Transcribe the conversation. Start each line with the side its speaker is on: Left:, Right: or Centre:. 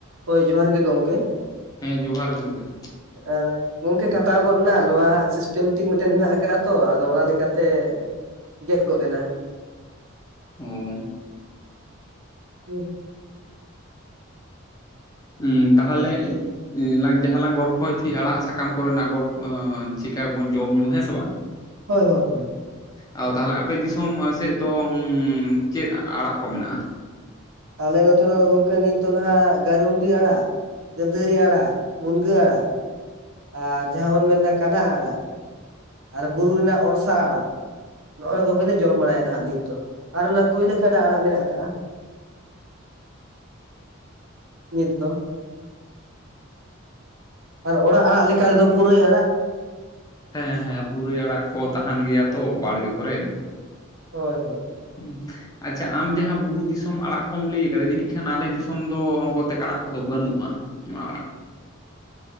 Right: ᱦᱳᱭ ᱡᱚᱦᱟᱨ ᱜᱮ ᱜᱚᱢᱠᱮ
Left: ᱦᱮᱸ ᱡᱚᱦᱟᱨ ᱜᱚᱝᱠᱮ
Right: ᱟᱨ ᱜᱚᱝᱠᱮ ᱠᱟᱴᱟᱣ ᱜᱚᱜᱼᱱᱟ ᱱᱚᱣᱟ ᱦᱟᱸᱜ ᱥᱤᱥᱴᱮᱢᱮᱴᱤᱠ ᱢᱤᱫᱴᱮᱱ ᱢᱮᱱᱟᱜ ᱟᱠᱟᱜᱼᱟ ᱛᱚ ᱟᱫᱚ ᱚᱱᱟ ᱞᱮᱠᱟᱛᱮ ᱜᱮᱫ ᱜᱚᱫ ᱮᱱᱟ
Left: ᱦᱩᱸ
Right: ᱦᱩᱸ
Left: ᱩᱸ ᱛᱟᱦᱚᱞᱮ ᱞᱟᱝ ᱡᱟᱦᱟᱸ ᱞᱟᱝ ᱜᱚᱞᱯᱷᱚᱭᱮᱜ ᱛᱷᱮᱜ ᱟᱲᱟᱜ ᱥᱟᱠᱟᱢ ᱠᱚᱨᱮᱱᱟᱜ ᱜᱚᱞᱯ ᱚᱸ ᱪᱮᱠᱟ ᱵᱚᱱ ᱡᱚᱢ ᱧᱩᱸ ᱦᱮᱸ ᱥᱮ ᱵᱟᱝ
Right: ᱦᱳᱭ ᱦᱳᱭ ᱦᱳᱭ
Left: ᱟᱫᱚ ᱛᱟᱦᱞᱮ ᱟᱯᱮ ᱫᱤᱥᱚᱢ ᱥᱮᱫ ᱫᱚ ᱩᱸ ᱪᱮᱫ ᱟᱲᱟᱜ ᱠᱚ ᱢᱮᱱᱟᱜᱼᱟ?
Right: ᱟᱞᱮ ᱱᱚᱛᱮ ᱫᱚ ᱜᱚᱝᱠᱮ ᱱᱤᱛ ᱫᱚ ᱱᱟᱦᱟᱜ ᱜᱟᱹᱨᱩᱱᱰᱤ ᱟᱲᱟᱜ ᱜᱟᱺᱫᱷᱟᱹᱨᱤ ᱟᱲᱟᱜ ᱢᱩᱱᱜᱟᱹ ᱟᱲᱟᱜ ᱟᱨ ᱡᱟᱦᱟᱸ ᱵᱚᱱ ᱢᱮᱱᱫᱟ ᱠᱟᱱᱟ ᱟᱲᱟᱜ! ᱟᱨ ᱵᱩᱨᱩ ᱨᱮᱱᱟᱜ ᱚᱲᱥᱟ ᱟᱲᱟᱜ ᱱᱚᱜᱼᱟ ᱠᱚᱜᱮᱞᱮ ᱡᱚᱢ ᱵᱟᱲᱟᱭᱟ ᱱᱟᱦᱟᱜ ᱱᱤᱛ ᱫᱚ ᱟᱨ ᱞᱟᱹ ᱠᱩᱭᱞᱟᱹ ᱠᱷᱟᱰᱟ ᱟᱲᱟᱜ ᱢᱮᱱᱟᱜ ᱟᱠᱟᱜᱼᱟ ᱱᱤᱛ ᱫᱚ ᱟᱨ ᱚᱲᱟᱜ ᱟᱲᱟᱜ ᱞᱮᱠᱟ ᱨᱮᱫᱚ ᱯᱩᱨᱟᱹᱭ ᱟᱲᱟᱜ
Left: ᱦᱮᱸ ᱦᱮᱸ ᱯᱩᱨᱟᱹᱭ ᱟᱲᱟᱜ ᱠᱚ ᱛᱟᱸᱦᱮᱸᱱ ᱜᱮᱭᱟ ᱛᱚ ᱵᱟᱲᱜᱮ ᱠᱚᱨᱮᱜ
Right: ᱦᱳᱭ ᱦᱳᱭ
Left: <unintelligible> ᱦᱩᱸ ᱟᱪᱪᱷᱟ ᱟᱢ ᱡᱟᱦᱟᱸ ᱵᱩᱨᱩ ᱫᱤᱥᱚᱢ ᱟᱲᱟᱜ ᱠᱚᱢ ᱞᱟᱹᱭ ᱠᱟᱫᱟ ᱡᱟᱹᱱᱤᱡ ᱠᱷᱟᱱ ᱟᱞᱮ ᱫᱤᱥᱚᱢ ᱫᱚ ᱠᱚᱛᱮᱠ ᱟᱲᱟᱜ ᱠᱚᱫᱚ ᱵᱟᱹᱱᱩᱜᱼᱟ <unintelligible>